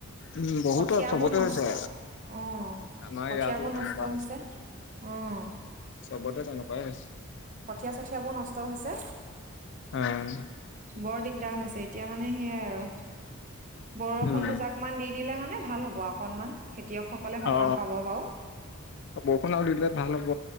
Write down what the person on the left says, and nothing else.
উম বহুতৰ
চবতে
হৈছে
আমাৰ
ইয়াতো তেনেকুৱা
চবতে তেনেকুৱাই হৈছে
অম।
উম
অ
বৰষুণ আৰু দিলে ভাল হ'ব